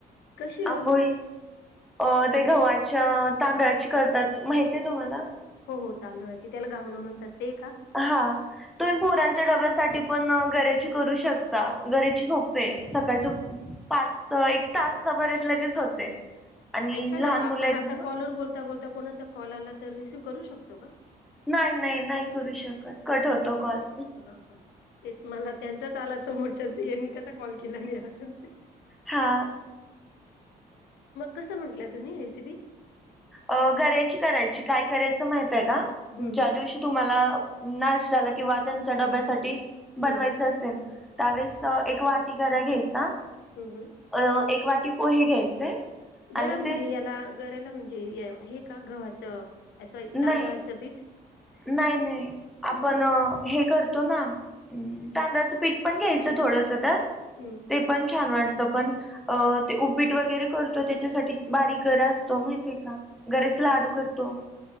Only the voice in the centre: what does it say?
आंबोळी अ ते
ग्हवाची तांदळाची करतात माहितीय तुम्हाला,
हा तुम्ही पोरांच्या डब्यासाठी पण गर्याची करू शकता, गर्याची सोपे आहे. सकाळच पाच एक तासा बरात लगेच होते. आणि
लहान
मुलं आहेत
ना
नाही नाही नाही, करू शकत कट होतो कॉल,
हा,
अ गर्याची करायची काय करायचं माहितय का?
ज्या
दिवशी तुम्हाला नाष्टाला किंवा त्यांच्या डब्यासाठी बनवायच
असेल, त्यावेळेस एक वाट वाटी गरा घ्यायचा,
अ एक वाटी पोहे घ्यायचे.
आणि
ते
नाही
नाही नाही आपण
हे करतो ना, हम तांदळाचं पीठ पण घ्यायचं थोडस त्यात,
ते पण छान वाटतं पण, अ ते उपीट वगैरे करतो. त्याच्यासाठी बारीक घरं असतो माहितीय का? गर्याच लाडू करतो.